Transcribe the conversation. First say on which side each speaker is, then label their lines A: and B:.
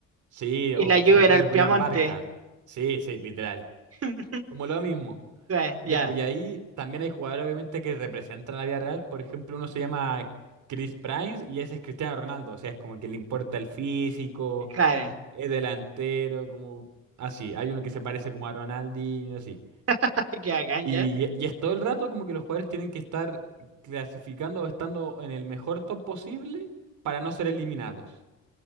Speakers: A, on the right (about 75°); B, on the right (about 50°).
A: sí,
B: y
A: o
B: la Juve
A: después
B: era el
A: le ponían
B: Piamonte.
A: Barca. Sí, sí, literal.
B: <laughs>
A: Como lo mismo.
B: Ya, ya,
A: Ya, pues y ahí también hay jugadores obviamente que representan la vida real. Por ejemplo, uno se llama Chris Primes y ese es Cristiano Ronaldo. O sea, es como que le importa el físico.
B: claro.
A: es delantero, como así. Hay uno que se parece como a Ronaldinho, así.
B: <laughs> Qué bacán,
A: Y,
B: ya.
A: y es todo el rato como que los jugadores tienen que estar clasificando o estando en el mejor top posible para no ser eliminados.